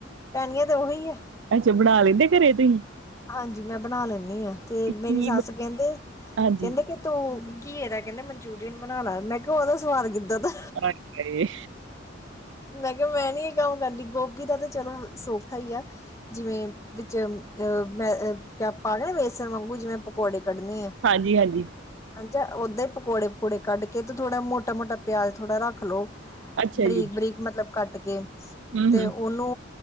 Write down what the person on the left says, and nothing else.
ਪੈਣੀਆਂ ਤੇ ਉਹੀ ਆ
ਹਾਂਜੀ ਮੈਂ ਬਣਾ ਲੈਂਦੀ ਹਾਂ ਤੇ ਮੇਰੀ
ਸੱਸ
ਕਹਿੰਦੇ
ਕਹਿੰਦੇ ਕਿ ਤੂੰ ਘੀਏ ਦਾ ਕਹਿੰਦੇ ਮਨਚੂਰੀਅਨ ਬਣਾ ਲਾ ਮੈਂ ਕਿਹਾ ਉਹਦਾ ਸਵਾਦ ਕਿੱਦਾਂ ਦਾ
ਮੈਂ ਕਿਹਾ ਮੈਂ ਨੀ ਇਹ ਕੰਮ ਕਰਦੀ ਗੋਭੀ ਦਾ ਤਾਂ ਚਲੋ ਸੌਖਾ ਹੀ ਆ ਜਿਵੇਂ ਚ ਅਹ ਮੈਂ ਕ ਪਾ ਕੇ ਨਾ ਬੇਸਣ ਵਾਂਗੂ ਜਿਵੇਂ ਪਕੌੜੇ ਕੱਢਣੇ ਆ
ਹਾਂਜੀ ਓਦਾਂ ਹੀ ਪਕੌੜੇ ਪਕੌੜੇ ਕੱਢ ਕੇ ਤੇ ਥੋੜਾ ਮੋਟਾ ਮੋਟਾ ਪਿਆਜ ਥੋੜਾ ਰੱਖ ਲੋਓ
ਬਰੀਕ
ਬਰੀਕ ਮਤਲਬ ਕੱਟ ਕੇ
ਤੇ
ਉਹਨੂੰ